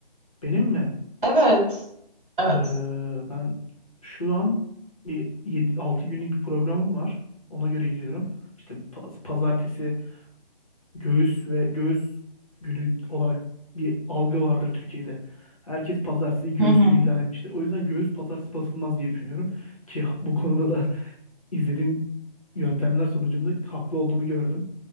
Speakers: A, on the left; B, on the right.
A: Benim mi?
B: Evet. Evet.
A: E, ben şu an bir 7, 6 günlük bir programım var. Ona göre gidiyorum. İşte pa- pazartesi göğüs ve göğüs günü olarak bir algı vardır Türkiye'de. Herkes pazartesi göğüs
B: Hı hı.
A: günü ilan etmiştir. O yüzden göğüs pazartesi basılmaz diye düşünüyorum. Ki bu konuda da <laughs> izlediğim yöntemler sonucunda haklı olduğumu gördüm.